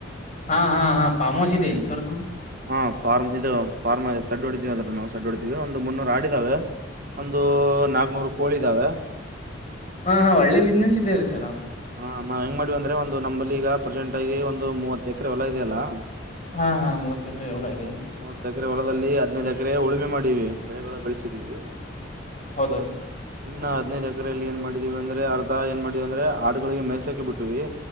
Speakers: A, on the left; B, on the right.
A: ಹಾ, ಹಾ, ಹಾ, ಫಾರ್ಮೌಸ್, ಇದೇನ್, ಸರ್ ತುಂಬ? <inaudible>
B: ಹಾ, ಫಾರ್ಮ್, ಇದು ಫಾರ್ಮ್ ಇದೆ ಸಡ್ ಹೊಡಿದೀವಿ! ಅದ್ರ, ನಾವು ಸಡ್, ಹೊಡಿದೀವಿ ಒಂದು, ಮುನ್ನೂರ್, ಆಡಿದಾವೆ? <inaudible> ಒಂದು, ನಾಕ್ನೂರು, ಕೋಳಿ ಇದಾವೆ! <inaudible>
A: ಹಾ, ಹಾ, ಒಳ್ಳೆ, ಬಿಸ್ನೆಸ್, ಇದ್ದೇ, ಸ. <inaudible>
B: ಹ ನಾವ್ ಹೆಂಗ್ ಮಾಡ್ವಿ ಅಂದ್ರೆ ಒಂದು ನಮ್ಮಲ್ಲಿ ಈಗ ಪ್ರೆಸೆಂಟ್ ಆಗಿ ಒಂದು ಮೂವತ್ ಎಕರೆ ಎಲ್ಲಾ ಇದೆ ಅಲ್ಲಾ
A: ಹಾ ಹಾ ಮೂವತ್ತೆಕ್ರ ಹೂಲ ಐ
B: ಮೂವತ್ತ ಎಕರೆ ಹೊಲದಲ್ಲಿ ಹದ್ನೈದು ಎಕರೆ ಉಳುಮೆ ಮಾಡೀವಿ ಬೆಳೆಗಳು ಬೆಳೆಸಿದೀವಿ
A: ಹೌದ ಸರ್
B: ಇನ್ನು ಹದೈದ್ ಎಕರೆೆಯಲ್ಲಿ ಏನ್ ಮಾಡಿದೀವಿ ಅಂದ್ರೆ ಅರ್ಧ ಏನ್ ಮಾಡಿವಿ ಅಂದ್ರೆ ಹಾಡುಗಳಿಗೆ ಮೈಸಾಕಿ ಬಿಟ್ಟಿವಿ